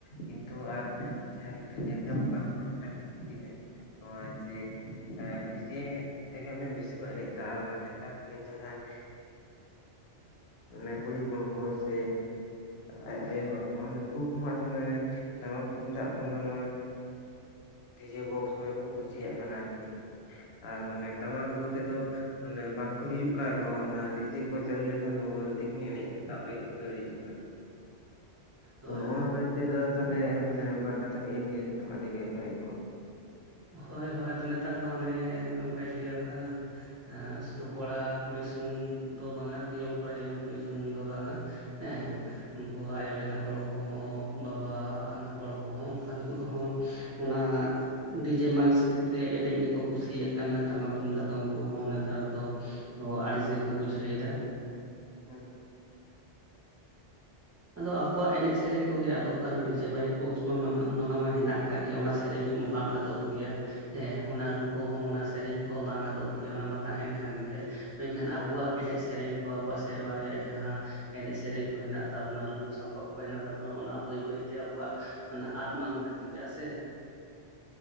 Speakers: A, on the left; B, on the right.
A: ᱠᱤᱱᱛᱩ ᱟᱨ ᱡᱟᱦᱟᱸ ᱠᱤᱱᱛᱩ ᱧᱮᱞ ᱧᱟᱢ <inaudible> ᱱᱚᱣᱟ ᱡᱮ ᱟᱨ ᱰᱤᱡᱮ ᱛᱮᱜᱮ ᱢᱟᱱᱮ ᱵᱮᱥᱤ ᱠᱚ ᱮᱱᱮᱡ ᱮᱫᱟ ᱟᱨ ᱢᱟᱱ ᱱᱮᱛᱟᱨ ᱢᱟᱱᱮ ᱡᱟᱦᱟᱸ ᱚᱱᱮ ᱠᱩᱲᱤ ᱦᱚᱯᱚᱱ ᱠᱚ ᱥᱮ ᱮ ᱟᱭᱳ ᱦᱚᱲ ᱠᱚ ᱱᱩᱠᱩ ᱠᱚᱦᱚᱸᱟᱫᱚ ᱢᱟᱱᱮ ᱴᱟᱢᱟᱠ ᱛᱩᱢᱫᱟᱜ ᱠᱷᱚᱱ ᱫᱚ ᱱᱚᱣᱟ ᱰᱤᱡᱮ ᱵᱚᱠᱥ ᱠᱚᱜᱮᱠᱚ ᱠᱩᱥᱤᱭᱟᱜ ᱠᱟᱱᱟ ᱟᱨᱠᱤ ᱟᱨ ᱢᱟᱱᱮ ᱴᱟᱢᱟᱠ ᱨᱩ ᱛᱮᱫᱚ ᱵᱟᱝᱠᱚ ᱦᱤᱡᱩᱜ ᱠᱟᱱ ᱨᱮᱦᱚᱸ ᱚᱱᱟ ᱰᱤᱡᱮ ᱠᱚ ᱪᱟᱹᱞᱩ ᱞᱮᱠᱷᱟᱱ ᱫᱚ ᱩᱱᱠᱩ ᱫᱚ ᱛᱤᱠᱷᱱᱤ ᱮᱱᱮᱡ ᱥᱟᱵ ᱞᱟᱹᱜᱤᱫ ᱠᱚ ᱫᱟᱹᱲ ᱦᱤᱡᱩᱜ ᱠᱟᱱᱟ
B: ᱦᱳᱭ
A: ᱱᱚᱜᱼ ᱱᱚᱣᱟ
B: ᱦᱳᱭ
A: ᱵᱟᱨᱮ ᱛᱮᱫᱚ ᱛᱟᱦᱞᱮ ᱢᱟᱱᱮ ᱵᱟᱨ ᱠᱟᱛᱷᱟ ᱠᱚᱹᱡ ᱮᱢ ᱞᱟᱹᱭ ᱞᱮᱠᱷᱟᱱ ᱟᱹᱰᱤᱜᱮ ᱵᱷᱟᱹᱜᱤ ᱠᱚᱜᱼᱟ
B: ᱦᱳᱭ ᱦᱳᱭ ᱟᱫᱚ ᱱᱮᱛᱟᱨ ᱢᱟ ᱚᱱᱮ ᱚᱱᱠᱟᱭ ᱞᱟᱹᱭᱟᱢ ᱠᱟᱱᱟ ᱮ ᱥᱩᱫᱷᱩ ᱠᱚᱲᱟᱼ ᱠᱩᱲᱤ ᱥᱩᱢᱩᱝ ᱫᱚ ᱵᱟᱝᱟ ᱤᱭᱚᱝ ᱠᱚᱲᱟ ᱤᱭᱚᱝ ᱠᱩᱲᱤ ᱥᱩᱢᱩᱝ ᱫᱚ ᱵᱟᱝᱟ ᱦᱮᱸ
A: ᱦᱩᱸ
B: ᱩᱱᱠᱩ ᱟᱭᱳ ᱞᱮᱠᱟᱱ ᱦᱚᱲ ᱠᱚᱦᱚᱸ ᱵᱟᱵᱟᱣᱟᱱ ᱦᱚᱲ ᱠᱚᱦᱚᱸ ᱚᱱᱠᱟᱱ ᱠᱚ ᱦᱚᱸ ᱚᱱᱟ ᱰᱤᱡᱮ ᱢᱟᱭᱤᱠᱥ ᱛᱮ ᱮᱱᱮᱡ ᱜᱮᱠᱚ ᱠᱩᱥᱤᱭᱟᱜ ᱠᱟᱱᱟ ᱴᱟᱢᱟᱠ ᱛᱩᱢᱫᱟᱜ ᱫᱚ ᱩᱱᱠᱩ ᱦᱚᱸ ᱱᱮᱛᱟᱨ ᱫᱚ ᱚ ᱟᱹᱲᱤᱥ ᱜᱮᱠᱚ ᱵᱩᱡᱷᱟᱹᱣ ᱫᱟ
A: ᱦᱩᱸ
B: ᱟᱫᱚ ᱟᱵᱚᱣᱟᱜ ᱮᱱᱮᱡ ᱥᱮᱨᱮᱧ ᱠᱚᱜᱮ ᱟᱫᱚᱜ ᱠᱟᱱᱟ ᱰᱤᱡᱮ ᱵᱟᱭᱤᱠ ᱵᱚᱠᱥ ᱢᱟ ᱦᱮᱱᱟᱜ ᱟᱠᱟᱫ ᱜᱮᱭᱟ ᱚᱱᱟ ᱥᱮᱨᱮᱧ ᱠᱚᱢᱟ ᱵᱟᱝ ᱟᱫᱚᱜ ᱜᱮᱭᱟ᱾ ᱦᱮᱸ ᱚᱱᱟ ᱨᱩ ᱠᱚᱦᱚᱸ ᱚᱱᱟ ᱥᱮᱨᱮᱧ ᱠᱚᱦᱚᱸ ᱵᱟᱝ ᱟᱫᱚᱜ ᱜᱮᱭᱟ ᱚᱱᱟ ᱢᱟ ᱛᱟᱦᱮᱱ ᱠᱟᱱ ᱜᱮᱭᱟ᱾ ᱢᱮᱱᱠᱷᱟᱱ
A: ᱦᱳᱭ
B: ᱟᱵᱚᱣᱟᱜ ᱮᱱᱮᱡ ᱥᱮᱨᱮᱧ ᱠᱚ ᱟᱵᱚᱣᱟᱜ ᱥᱮᱨᱣᱟ ᱨᱮᱭᱟᱜ ᱡᱟᱦᱟᱸ ᱮᱱᱮᱡ ᱥᱮᱨᱮᱧ ᱠᱚ ᱦᱮᱱᱟᱜ ᱛᱟᱵᱚᱱᱟ ᱨᱩᱨᱩ ᱥᱟᱯᱟᱵ ᱠᱚ ᱦᱮᱱᱟᱜ ᱛᱟᱵᱚᱱᱟ ᱚᱱᱟ ᱵᱟᱹᱭ ᱵᱟᱹᱭᱛᱮ ᱟᱵᱚᱣᱟᱜ ᱚᱱᱟ ᱟᱫᱽ ᱢᱟᱞᱚᱴ ᱤᱫᱤᱜᱼᱟ ᱥᱮ
A: <inaudible>